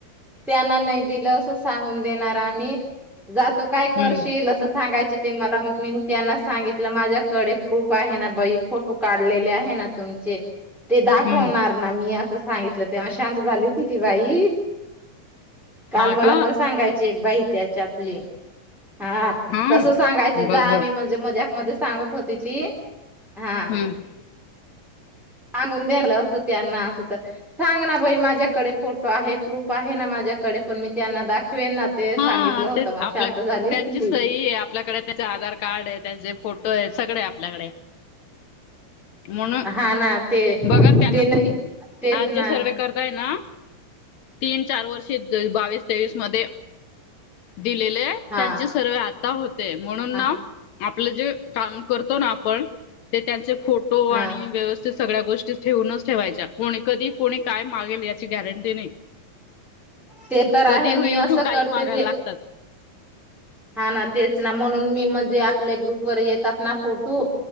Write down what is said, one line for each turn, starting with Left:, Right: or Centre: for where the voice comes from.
Centre: त्यांना नाही दिलं असं सांगून देणार आम्ही जातो काय करशील
Left: हम्म.
Centre: अस सांगायचे ते मला मग मी त्यांना सांगितलं माझ्याकडे प्रूफ आहे ना बाई फोटो काढलेले आहे ना तुम जे ते दाखवणार
Left: हम्म.
Centre: ना मी असं सांगितलं तेव्हा शांत झाली होती ती बाई काल
Left: हा
Centre: मला
Left: का
Centre: पण सांगायची एक बाई त्याच्यातली हा
Left: हम्म
Centre: तस सांगायचं
Left: बघ
Centre: जा आम्ही म्हण मजाक मध्ये सांगत होती ती हा
Left: हम्म
Centre: सांगून द्यालं असं त्यांना असं तर सांग ना बाई माझ्याकडे फोटो आहे प्रूफ आहे ना माझ्याकडे पण मी त्यांना दाखवेन ना, ते सांगितलं
Left: हा
Centre: होतं
Left: तेच
Centre: मग
Left: आपल्या
Centre: शांत झाली होती
Left: त्यांची
Centre: ती
Left: सही आहे आपल्याकडे आधार कार्ड आहे त्यांचे फोटो आहे सगळे आपल्याकडे म्हणून
Centre: हा ना ते
Left: बघा त्यांना
Centre: ते नाही तेच
Left: आज
Centre: ना
Left: जे सर्वे करताय ना तीन चार वर्षी बावीस तेवीस मध्ये दिलेले
Centre: हा
Left: त्यांचे सर्वे आता होते म्हणून
Centre: हा
Left: ना आपलं जे काम करतो ना आपण ते त्यांचे फोटो
Centre: हा
Left: आणि व्यवस् सगळ्या गोष्टी ठेवूनच ठेवायच्या कोणी कधी कोणी काय मागेल याची गॅरंटी नाही.
Centre: ते तर आहे
Left: कधी
Centre: मी
Left: उठून
Centre: असं
Left: काही
Centre: करते
Left: मागायला
Centre: जे
Left: लागतात.
Centre: हा ना तेच ना म्हणून मी म्हणजे आपल्या ग्रुप वर येतात ना फोटो